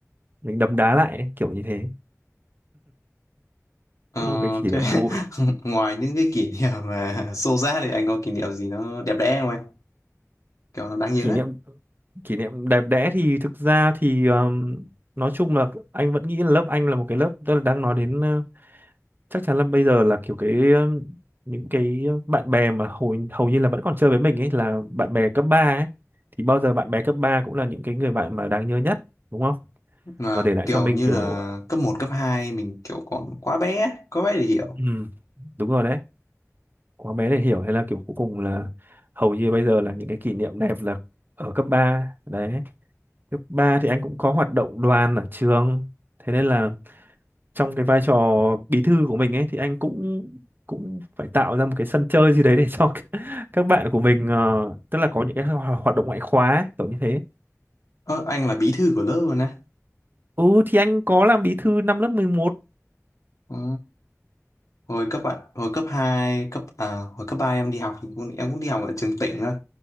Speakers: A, on the right; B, on the left.
A: mình đấm đá lại ấy, kiểu như thế.
B: Ờ,
A: Cũng là một cái kỷ
B: thế
A: niệm vui.
B: <laughs> ngoài những cái kỷ niệm mà <laughs> xô xát thì anh có kỷ niệm gì nó đẹp đẽ không anh kiểu nó đáng nhớ
A: kỷ
B: ấy
A: niệm kỷ niệm đẹp đẽ thì thực ra thì um, nói chung là anh vẫn nghĩ là lớp anh là một cái lớp tức là đang nói đến ờ, chắc chắn là bây giờ là kiểu cái um, những cái bạn bè mà hầu hầu như là vẫn còn chơi với mình ấy là bạn bè cấp 3 ấy thì bao giờ bạn bè cấp 3 cũng là những cái người bạn mà đáng nhớ nhất đúng không
B: mà
A: và để lại
B: kiểu
A: cho mình
B: như
A: kiểu
B: là cấp một cấp 2 mình kiểu còn quá bé quá bé để hiểu
A: ừm, đúng rồi đấy quá bé để hiểu hay là kiểu cuối cùng là hầu như bây giờ là những cái kỷ niệm đẹp là ở cấp 3 đấy Cấp 3 thì anh cũng có hoạt động đoàn ở trường. Thế nên là trong cái vai trò bí thư của mình ấy thì anh cũng cũng phải tạo ra một cái sân chơi gì đấy để cho <laughs> các bạn của mình ờ, tức là có những cái ho- hoạt động ngoại khóa ấy, kiểu như thế.
B: ơ anh là bí thư của lớp luôn á
A: Ừ thì anh có làm bí thư năm lớp 11.
B: Ồ. hồi cấp ạ hồi cấp 2 cấp à, hồi cấp 3 em đi học thì cũng em cũng đi học ở trường tỉnh thôi